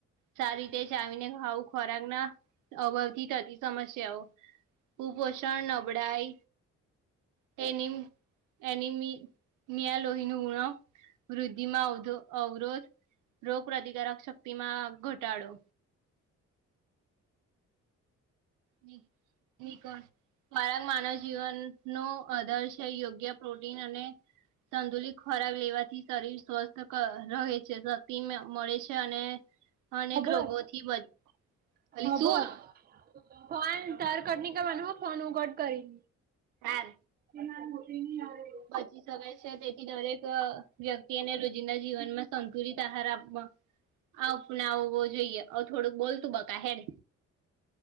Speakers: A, on the right; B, on the right.
A: સારી રીતે ચાવીને આવું ખોરાક ના અભાવ થી થતી સમસ્યાઓ કુપોષણ નબળાય તેને એની મી મિયા લોહી નું રક્ત વૃદ્ધિમાં અવ અવરોધ રોગ પ્રતિકારક શક્તિ માં ઘટાડો ની નીકળ મારા માનવ જીવનનો આધર છે યોગ્ય પ્રોટીન અને સંતુલિત ખોરાક લેવાથી શરીર સ્વસ્થ ક રહે છે શક્તિ મળે છે અને અનેક
B: આભાર
A: રોગોથી બચી
B: આભાર
A: શું
B: ફોન તારે કટ નહીં કરવાનો ફોન હું કટ કરીશ
A: હાર
B: <inaudible>
A: બચી શકાય છે અને દરેક અ વ્યક્તિને રોજિંદા જીવનમાં સંતુલિત આહાર આપવા અપનાવવો જોઈએ થોડુંક બોલતું બકા હેડ